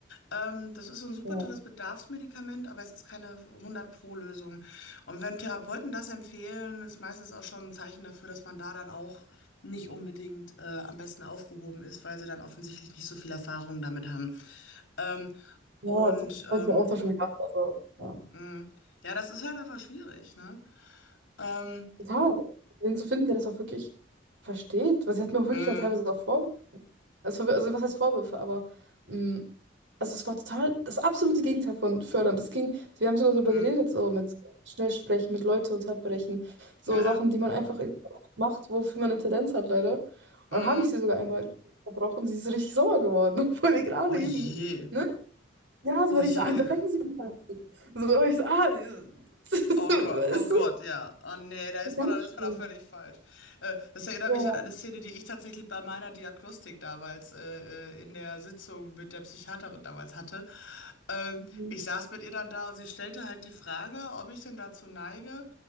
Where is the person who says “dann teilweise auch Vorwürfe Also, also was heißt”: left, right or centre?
Right